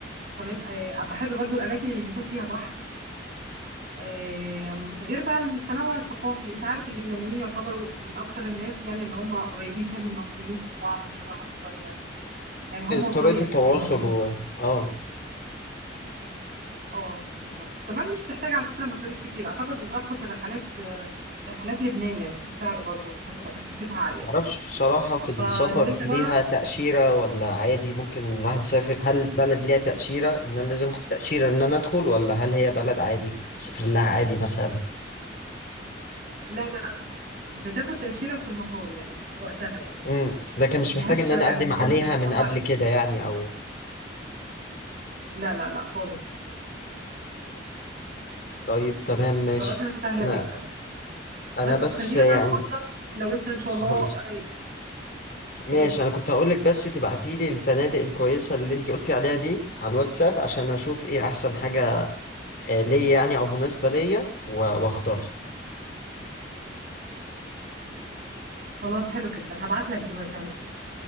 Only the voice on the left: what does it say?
طريقه التواصل
و اه
معرفش بصراحة في السفر
ليها
تأشيرة ولا عادي ممكن الواحد يسافر هل بلد ليها تأشيرة إن أنا لازم أخد تأشيرة إن أنا أدخل ولا هل هي بلد عادي أسافر لها عادي مثلا
امم لكن مش
محتاج إن أنا
أقدم
عليها
من
قبل
كده يعني
أو
طيب تمام ماشي
أنا
أنا
بس
يعني
خالص
ماشي
أنا كنت هقولك بس تبعتيلي الفنادق الكويسة اللي أنت قلتي عليها دي على الواتساب عشان أشوف إيه أحسن حاجة آه، ليا يعني أو مناسبة ليا و- وأختارها